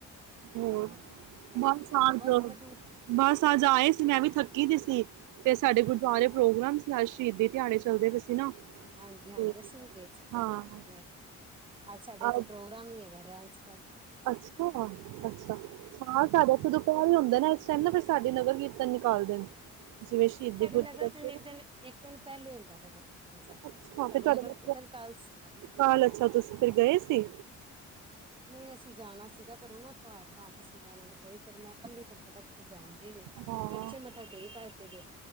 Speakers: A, on the right; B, on the right.
A: ਹੋਰ
B: ਆਹ ਮੈਂ
A: ਬਸ
B: ਕਿਹਾ ਚਲੋ
A: ਅੱਜ
B: ਬਸ ਵਧੀਆ
A: ਬਸ ਆਜ ਆਏ ਸੀ, ਮੈਂ ਵੀ ਥੱਕੀ ਪਈ ਸੀ ਤੇ ਸਾਡੇ ਗੁਰਦੁਆਰੇ ਪ੍ਰੋਗਰਾਮ ਸੀ ਆਜ ਸ਼ਹੀਦੀ ਦਿਹਾੜੇ ਚੱਲਦੇ ਪਏ ਸੀ ਨਾ।
B: ਹਾਂਜੀ, ਹਾਂਜੀ
A: ਤੇ
B: ਅਸੀਂ ਵੀ ਗਏ ਸੀਗੇ
A: ਹਾਂ
B: ਆਜ ਗੁਰਦੁਆਰੇ ਅੱਛਾ। ਤੇ ਇੱਥੇ
A: ਅ
B: ਪ੍ਰੋਗਰਾਮ ਵੀ ਹੈਗਾ, ਰਹਨ <unintelligible>
A: ਅੱਛਾ, ਅੱਛਾ ਸਾਹ
B: ਹਾਂਜੀ
A: ਸਾਡਾ
B: ਜਾਵਾਂਗੇ
A: ਜਦੋਂ ਪਹਿਰ ਹੀ ਹੁੰਦਾ ਨਾ ਇਸ ਟਾਈਮ ਨਾ ਸਾਡੇ ਨਗਰ ਕੀਰਤਨ ਨਿਕਾਲਦੇ ਨੇ ਜਿਵੇਂ ਸ਼ਹੀਦੀ
B: ਸਾਡੇ
A: ਗੁਰਪੁਰਬ
B: ਨਗਰ ਤੋਂ
A: ਤੇ ਨਾ
B: ਇੱਕ ਦਿਨ ਇੱਕ ਦਿਨ ਪਹਿਲੇ ਹੁੰਦਾ ਨਗਰ ਸਾਡੇ
A: ਅੱਛਾ ਫਿਰ
B: ਸਾਡੇ
A: ਤੁਹਾਡੇ
B: ਨਗਰ ਕੀਰਤਨ ਕੱਲ ਸੀਗਾ
A: ਕਲ, ਅੱਛਾ ਤੁਸੀਂ ਫਿਰ ਗਏ ਸੀ।
B: ਨਹੀਂ ਅਸੀਂ ਜਾਣਾ ਸੀਗਾ, ਪਰ ਉਹ ਨਾ ਘਰ ਕੰਮ ਸੀ, ਇਹਨਾਂ ਨੂੰ ਕੋਈ, ਫਿਰ ਮੈਂ ਕੱਲੀ ਤੁਹਾਨੂੰ ਪਤਾ ਕਿ ਜਾਣਦੇ ਨੀ,
A: ਹਾਂ
B: ਬੱਚੇ ਮੱਥਾ ਟੇਕ ਆਏ ਸੀਗੇ,